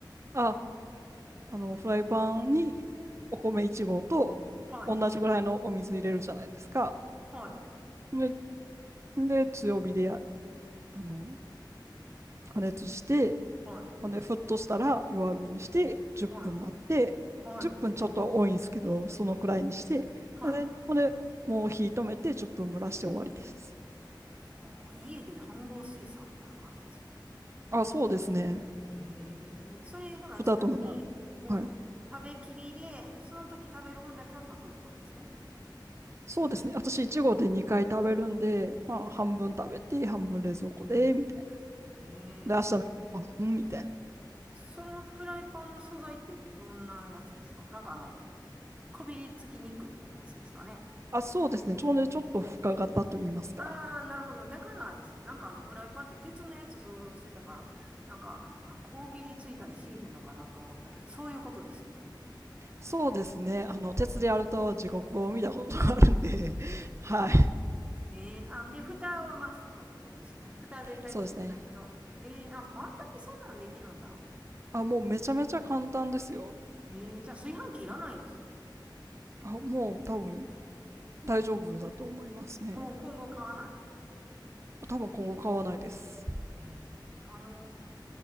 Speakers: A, on the right; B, on the right.
A: ああの、フライパンにお米1合と同じぐらいのお水入れるじゃないですか。
B: はい。はい。
A: で、で強火でや、あの、加熱して、
B: はい。
A: ほんで、沸騰したら弱火にして、10分待って、
B: はい。はい。
A: 10分ちょっとは多いんですけど、そのくらいにして、
B: はい。
A: で、ほんで、もう火止めて10分蒸らして終わりです。
B: はあ、家で飯盒炊さんみたいな感じですね。
A: あ、そうですね。
B: ええそれ、ほな、
A: ふたともなみ。
B: ちなみに、もう、
A: はい。
B: 食べきりで、その時食べる分だけを炊くってことですね。
A: そうですね。私、1合で2回食べるんで、まあ、半分食べて、半分冷蔵庫で、みたいな。
B: ええ
A: で、明日のご飯みたいな。
B: そのフライパンの素材ってどんなやつですかなんかあの、こびりつきにくいようなやつですかね。
A: あ、そうですね。ちょうどちょっと深型と言いますか。
B: ああ、なるほど。だからですね、なんかあの、フライパンって鉄のやつ想像してたから、なんか、あ、こびりついたりしなひんのかなと思ったけど、そういうことですね。
A: そうですね。あの、鉄でやると地獄を見たことがあるんで、<laughs> はい。
B: ええあ、で、蓋はマストってことですね。蓋は絶対ついてないと。
A: そうですね。
B: ええあ、簡単にそんなんできるんだ。
A: あ、もうめちゃめちゃ簡単ですよ。
B: えー、じゃあ炊飯器いらないです。
A: あ、もう多分大丈夫だと思いますね。
B: もう今後買わな
A: 多分今後買わないです。
B: い。えー、あの、